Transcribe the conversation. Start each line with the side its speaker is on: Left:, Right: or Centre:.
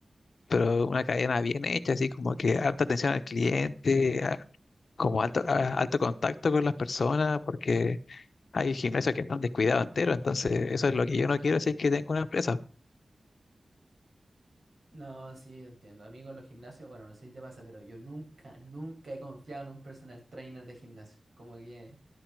Left: pero una cadena bien hecha, así como que alta atención al cliente, a- como alto, a- alto contacto con las personas, porque hay gimnasios que están descuidados entero, entonces eso es lo que yo no quiero si es que tengo una empresa.
Right: No, sí, yo entiendo. A mí con los gimnasios, bueno, no sé si te pasa, pero yo nunca, nunca he confiado en un personal trainer de gimnasio. Como que